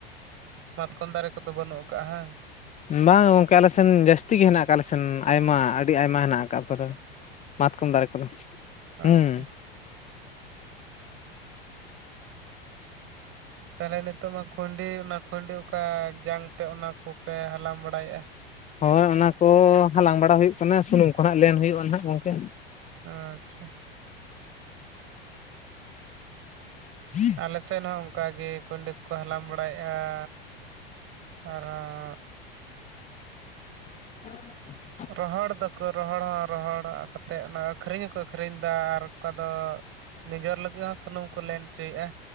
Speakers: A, on the right; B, on the left.
A: ᱢᱟᱛᱠᱚᱢ ᱫᱟᱨᱮ ᱠᱚᱫᱚ ᱵᱟᱹᱱᱩᱜ ᱠᱟᱜᱼᱟ ᱦᱮᱸ?
B: ᱵᱟᱝ ᱜᱚᱝᱠᱮ ᱟᱞᱮ ᱥᱮᱱ ᱡᱟᱹᱥᱛᱤ ᱜᱮ ᱦᱮᱱᱟᱜ ᱟᱠᱟᱫ ᱟᱞᱮ ᱥᱮᱱ ᱟᱭᱢᱟ ᱟᱹᱰᱤ ᱟᱭᱢᱟ ᱦᱮᱱᱟᱜ ᱟᱠᱟᱫ ᱯᱟᱨᱟ ᱢᱟᱛᱠᱚᱢ ᱫᱟᱨᱮ ᱠᱚᱫᱚ
A: ᱟᱪᱪᱷᱟ
B: ᱦᱩᱸᱻ
A: ᱛᱟᱦᱚᱞᱮ ᱱᱤᱛᱚᱜ ᱢᱟ ᱠᱷᱩᱱᱰᱤ ᱚᱱᱟ ᱠᱷᱩᱱᱰᱤ ᱚᱠᱟ ᱡᱟᱝᱛᱮ ᱚᱱᱟ ᱠᱚᱯᱮ ᱦᱟᱞᱟᱝ ᱵᱟᱲᱟᱭ ᱮᱜᱼᱟ?
B: ᱦᱳᱭ ᱚᱱᱟ ᱠᱚ ᱦᱟᱞᱟᱝ ᱵᱟᱲᱟ ᱦᱩᱭᱩᱜ ᱠᱟᱱᱟ ᱥᱩᱱᱩᱢ ᱠᱚ ᱦᱟᱸᱜ ᱞᱮᱱ ᱦᱩᱭᱩᱜᱼᱟ ᱱᱟᱜ ᱜᱚᱝᱠᱮ᱾
A: ᱟᱻᱪᱪᱷᱟ
B: <inaudible>
A: ᱟᱞᱮ ᱥᱮᱫ ᱦᱚᱸ ᱚᱱᱠᱟ ᱜᱮ ᱠᱩᱱᱰᱤ ᱠᱚᱠᱚ ᱦᱟᱞᱟᱝ ᱵᱟᱲᱟᱭ ᱮᱜᱼᱟ ᱟᱨᱦᱚᱸᱻ
B: <inaudible>
A: ᱨᱚᱦᱚᱲ ᱫᱚᱻ ᱠᱚ ᱨᱚᱦᱚᱲ ᱦᱚᱸ ᱨᱚᱦᱚᱲ ᱠᱟᱛᱮᱫ ᱚᱱᱟ ᱟᱹᱠᱷᱨᱤᱧ ᱦᱚᱸᱠᱚ ᱟᱹᱠᱷᱨᱤᱧᱫᱟ ᱟᱨ ᱚᱠᱟ ᱫᱚ ᱱᱤᱡᱮᱨ ᱞᱟᱹᱜᱤᱫ ᱦᱚᱸ ᱥᱩᱱᱩᱢ ᱠᱚ ᱞᱮᱱ ᱚᱪᱚᱭᱮᱜᱼᱟ᱾